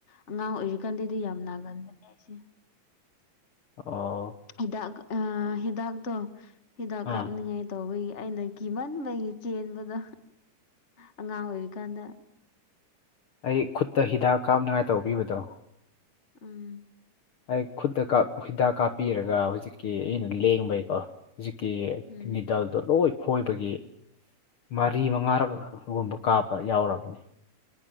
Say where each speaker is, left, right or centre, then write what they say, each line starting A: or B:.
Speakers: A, on the left; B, on the left.
A: ꯑꯉꯥꯡ ꯑꯣꯏꯔꯤ ꯀꯟꯗꯗꯤ ꯌꯥꯝ ꯅꯥꯒꯟꯕꯅꯦ ꯑꯩꯁꯦ
B: ꯑꯣ
A: ꯍꯤꯗꯥꯛ ꯑ ꯍꯤꯗꯥꯛꯇꯣ ꯍꯤꯗꯥꯛ
B: ꯑꯥ
A: ꯀꯥꯞꯅꯤꯡꯉꯥꯏ ꯇꯧꯕꯩ ꯑꯩꯅ ꯀꯤꯃꯟꯕꯒꯤ ꯆꯦꯟꯕꯗꯣ ꯑꯉꯥꯡ ꯑꯣꯏꯔꯤꯀꯥꯟꯗ
B: ꯑꯩ ꯈꯨꯠꯇ ꯍꯤꯗꯥꯛ ꯀꯥꯞꯅꯉꯥꯏ ꯇꯧꯕꯤꯕꯗꯣ
A: ꯎꯝ
B: ꯑꯩ ꯈꯨꯠꯇ ꯍꯤꯗꯥꯛ ꯀꯥꯞꯄꯤꯔꯒ ꯍꯧꯖꯤꯛꯀꯤ ꯑꯩꯅ ꯂꯦꯡꯕꯩꯀꯣ ꯍꯧꯖꯤꯛꯀꯤꯅꯤꯗꯥꯜꯗꯣ
A: ꯎꯝ
B: ꯂꯣꯏ ꯁꯣꯏꯕꯒꯤ ꯃꯔꯤ ꯃꯉꯥꯔꯒꯨꯝꯕ ꯀꯥꯞꯄ ꯌꯥꯎꯔꯕꯅꯤ